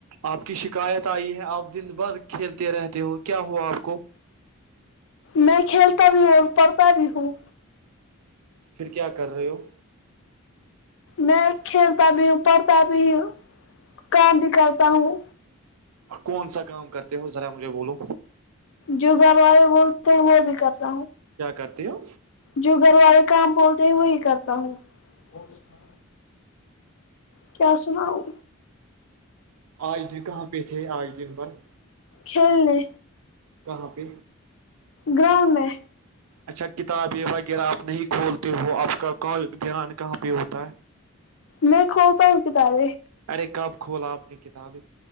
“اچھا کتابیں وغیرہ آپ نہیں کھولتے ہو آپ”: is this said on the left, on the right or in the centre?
Right